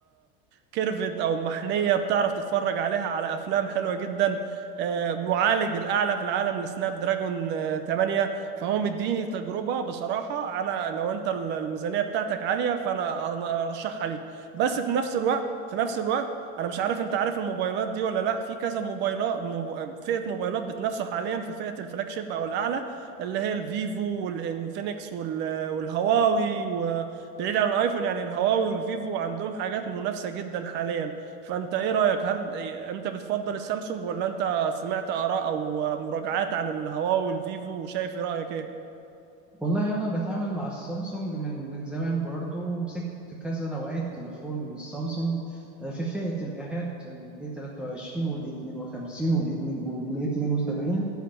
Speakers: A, on the right; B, in the centre.
A: كيرفت أو محنية بتعرف تتفرج عليها على أفلام حلوة جدا آه، معالج الأعلى في العالم لسناب دراجون آه، 8 فهو مديني تجربة بصراحة أنا لو أنت الميزانية بتاعتك عالية فأنا أنا أرشحها ليك بس في نفس الوقت في نفس الوقت انا مش عارف انت عارف الموبايلات دي ولا لا في كذا موبايلات موب... فئه موبايلات بتنافسوا حاليا في فئه الفلاج شيب او الاعلى اللي هي الفيفو والانفينكس وال... والهواوي وبعيد عن الايفون يعني الهواوي والفيفو عندهم حاجات منافسه جدا حاليا فانت ايه رايك هل انت بتفضل السامسونج ولا انت سمعت اراء او مراجعات عن الهواوي والفيفو وشايف ايه رايك ايه
B: والله انا بتعامل مع السامسونج من من زمان برضو ومسكت كذا نوعية تليفون من السامسونج آه، في فئة الآهات ال A23 وال A52 وال A72